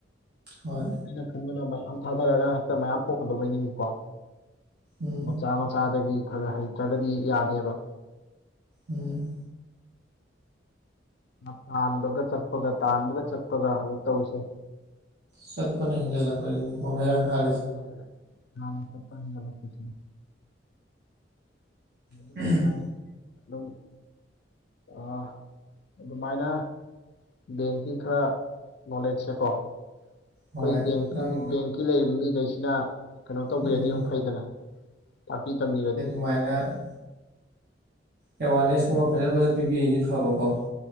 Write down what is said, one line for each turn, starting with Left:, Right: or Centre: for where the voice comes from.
Right: ꯍꯣꯏ
Left: ꯑꯩꯅ ꯈꯟꯕꯅ ꯃꯌꯥꯝ ꯊꯥꯗꯔꯒ ꯍꯦꯛꯇ ꯃꯌꯥꯝ ꯄꯣꯛꯀꯗꯧꯕꯩ ꯅꯤꯡꯕꯀꯣ
Right: ꯎꯝ
Left: ꯃꯆꯥ ꯃꯆꯥ ꯃꯆꯥꯗꯒꯤ ꯈꯔ ꯈꯔ ꯍꯩꯇ꯭ꯔꯒꯗꯤ ꯌꯥꯗꯦꯕ
Right: ꯎꯝ
Left: ꯅ ꯇꯥꯟꯕꯒ ꯆꯠꯄꯒ ꯇꯥꯟꯕꯒ ꯆꯠꯄꯒ ꯍꯧꯖꯤꯛ ꯇꯧꯔꯤꯁꯦ
Right: ꯆꯠꯄꯅ ꯍꯦꯟꯖꯤꯜꯂꯛꯄꯖꯤꯅꯤ ꯑꯣ <unintelligible>
Left: ꯆꯠꯄꯅ ꯍꯦꯟꯖꯤꯜꯂꯛꯄ ꯃꯥꯅꯦ ꯆꯠꯄꯅ ꯍꯦꯟꯖꯤꯜꯂꯛꯄꯖꯤꯅꯦ <unintelligible>
Right: <unintelligible>
Left: ꯃꯥꯅꯦ ꯑꯗꯨꯝ ꯑꯥꯍ ꯑꯗꯨꯃꯥꯏꯅ ꯕꯦꯡꯀꯤ ꯈꯔ ꯅꯣꯂꯦꯖꯁꯦꯀꯣ ꯑꯩꯈꯣꯏ
Right: ꯍꯣꯏ
Left: ꯕꯦꯡꯀꯤꯡ
Right: ꯅꯪ
Left: ꯕꯦꯡꯀꯤ ꯂꯩꯔꯤꯕ ꯃꯤꯈꯩꯁꯤꯅ ꯀꯩꯅꯣ ꯇꯧꯕꯤꯔꯗꯤ
Right: ꯎꯝ
Left: ꯑꯃꯨꯛ ꯐꯩꯗꯅ ꯇꯥꯛꯄꯤ ꯇꯝꯕꯤꯔꯗꯤ
Right: ꯁꯨꯃꯥꯏꯅ ꯑꯦꯋꯥꯔꯅꯦꯁ ꯀꯨꯝꯕ ꯐꯖ ꯐꯖ ꯄꯤꯕꯤꯔꯗꯤ ꯐꯕꯀꯣ